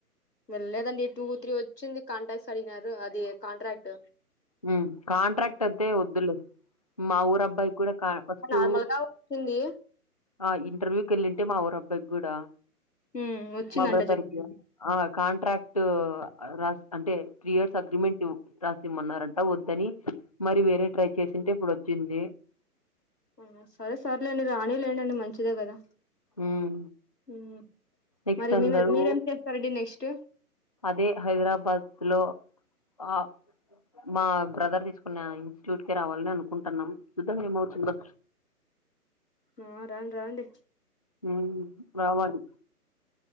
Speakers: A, on the left; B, on the left.
A: వెళ్ళలేదండి టూ త్రీ వచ్చింది కాంట్రాక్ట్స్ అడిగినారు. అది కాంట్రాక్ట్
B: ఆ కాంట్రాక్ట్ వద్దే వద్దులు మా ఊరు అబ్బాయి కూడా కా ఫస్టు
A: నార్మల్ గా వచ్చింది
B: ఆ ఇంటర్వ్యూకి వెళ్ళింటే మా ఊరు అబ్బాయికి కూడా
A: హ్మ్. వచ్చిందంట
B: మా బ్రదర్కి
A: జరిగింది
B: ఆ కాంట్రాక్ట్ రాస్ అంటే త్రీ ఇయర్స్ అగ్రిమెంట్ రాసిమన్నారం అ వద్దని మరి వేరే ట్రై చేసింటే ఇప్పుడు వచ్చింది.
A: ఉ సరే సరలేండి రాని లేండి మంచిదే కదా
B: ఉమ్
A: ఉ
B: నెక్స్ట్
A: మరి
B: అందరూ
A: మీ మీరేం చేస్తారండి నెక్స్ట్
B: అదే హైదరాబాద్ లో ఆ మా బ్రదర్ తీసుకున్న ఇన్స్టిట్యూట్ కి రావాలని అనుకుంటున్నాం. చూద్దాం ఏమవుతుందో
A: ఆ రాండి రాండి
B: హ రావాలి